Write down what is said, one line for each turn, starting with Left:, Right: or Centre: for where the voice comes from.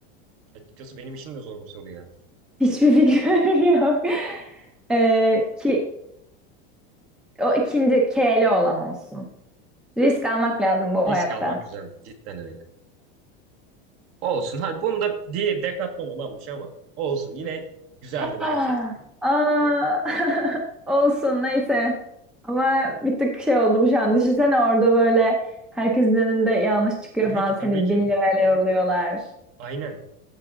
Right: Açıkçası benim için de zor bir soru ya.
Centre: Hiçbir fikrim <laughs> yok. Ee, ki o ikinci K'li olan olsun. Risk almak lazım bu
Right: Risk
Centre: hayatta.
Right: almak güzeldi. Cidden öyle. Olsun. Hani bunu da diye Decathlon olanmış ama olsun. Yine güzeldi
Centre: Aa,
Right: bence.
Centre: aa. <laughs> Olsun neyse. Ama bir tık şey oldum şu an. Düşünsene orada böyle herkesin önünde yanlış çıkıyor
Right: Tabii
Centre: falan.
Right: ki
Centre: Seni
Right: tabii ki.
Centre: bin lirayla yolluyorlar.
Right: Aynen.